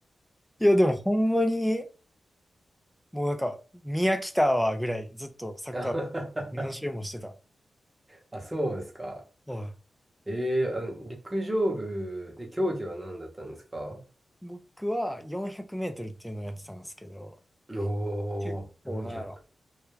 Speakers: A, in the centre; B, on the right.
A: いや、でもほんまに、もうなんか、宮来たわぐらい、ずっとサッカー
B: <laughs>
A: 部何周もしてた。
B: あ、そうですか。
A: はい
B: えー、あの陸上部で競技は何だったんですか
A: 僕は400メートルっていうのをやってたんですけど、
B: お
A: 結構、
B: ー、400。
A: なんやろ。